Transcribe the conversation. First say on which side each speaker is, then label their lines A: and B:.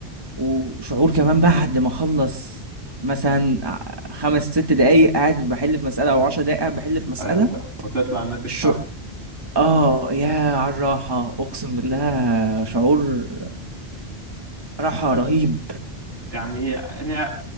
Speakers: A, on the right; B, on the right.
A: وشعور كمان بعد ما اخلص مثلا خمس ست دقايق قاعد بحل في مسألة او عشر دقايق قاعد بحل في مسألة
B: ايوه فاهم وتطلع الناتج
A: الش-
B: صح
A: آه، ياه على الراحة، أقسم بالله شعور راحة
B: ايوه
A: رهيب
B: فاهم يعني هي